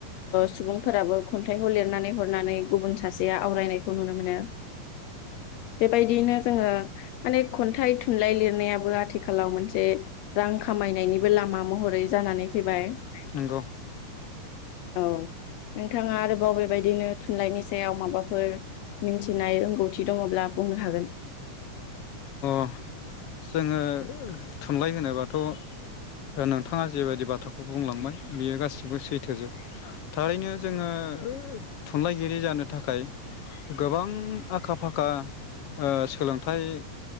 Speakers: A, on the left; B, on the left.
A: सुबुंफोराबो खन्थाइखौ लिरनानै हरनानै गुबुन सासेया आवरायनायखौ नुनो मोनो बेबायदियैनो जोङो माने खन्थाइ थुनलाइ लिरनायाबो आथिखालाव मोन से रां खामायनायनिबो लामा महरै जानानै फैबाय
B: नंगौ।
A: औ नोंथाङा आरोबाव बेबायदिनो थुनलाइनि सायाव माबाफोर मिथिनाय रोंगौथि दङ'ब्ला बुंनो हागोन।
B: अ जोङो थुनलाइ होनो बा थ' <unintelligible> नोंथाङा जेबायदि बाथ्राखौ बुंलांबाय बियो गासिबो सैथोजोब। थारैनो जोङो थुनलाइगिरि जानो थाखाय गोबां आखा फाखा ओ सोलोंथाइ